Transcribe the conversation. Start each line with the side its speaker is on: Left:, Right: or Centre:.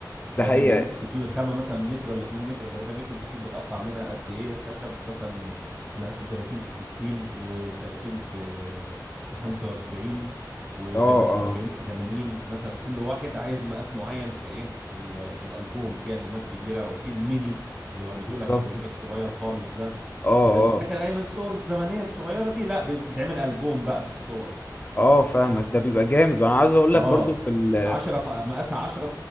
Left: ده
Right: فاهم
Left: حقيقة
Right: لان انت بتجيب الخامه مثلا متر ولا 2 متر ولا 3 متر انت شوف بتقطع منها قد ايه خشب مثلا مقاسه 30 في 60 و30 في في 45 و40
Left: اه اه
Right: في 80 مثلا كل واحد عايز مقاس معين في ايه في ال- في الالبوم في البومات كبيره وفي الميني اللي وريته
Left: بالظبط
Right: لك قبل كده الصغير خالص ده
Left: اه
Right: بدل
Left: اه
Right: فاكر اي من الصور الزمنيه الصغيره دي لا بتتعمل البوم بقى في الصور
Left: اه فاهمك ده بيبقى جامد وانا عاوز اقول
Right: اه
Left: لك برضو في ال...
Right: 10 في مقاسها 10